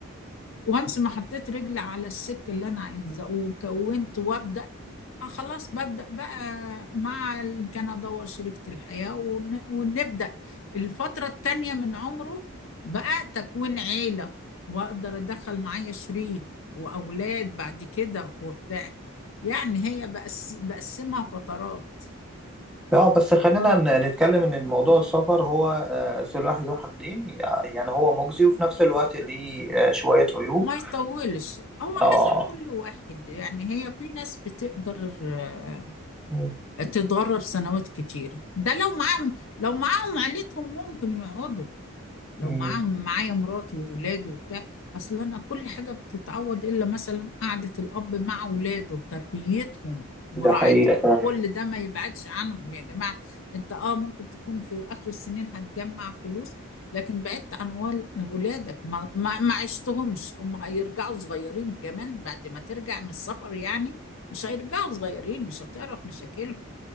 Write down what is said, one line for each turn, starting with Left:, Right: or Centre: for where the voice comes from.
Left: وانس ما حطيت رجلي على السك اللي انا عايزاه وكونت وابدا آه خلاص ببدا بقى مع ال- كان ادور شريكه الحياه ون- ونبدا الفتره التانيه من عمره بقى تكوين عيله واقدر ادخل معايا شريك واولاد بعد كده وبتاع يعني هي بقس بقسمها فترات
Centre: اه بس خلينا ن- نتكلم ان الموضوع السفر هو آه، سلاح ذو حدين يع- يعني هو مجزي وفي نفس الوقت ليه آه، شوية عيوب
Left: ما يطولش هو حسب
Centre: اه
Left: كل واحد يعني هي في ناس بتقدر آه،
Centre: م-
Left: تتدرب سنوات كتيرة ده لو معاهم لو معاهم عيلتهم ممكن يقعدوا لو
Centre: م-
Left: معاه معايا مراته وولاده وبتاع اصل انا كل حاجه بتتعوض الا مثلا قعده الاب مع ولاده تربيتهم مراعتهم
Centre: ده حقيقة فعلا
Left: كل ده ما يبعدش عنهم يا جماعه انت اه ممكن تكون في اخر السنين هتجمع فلوس لكن بعدت عن وال- ولادك ما, ما, ما عشتهمش هم هيرجعوا صغيرين كمان بعد ما ترجع من السفر يعني مش هيرجعوا صغيرين مش هتعرف مشاكلهم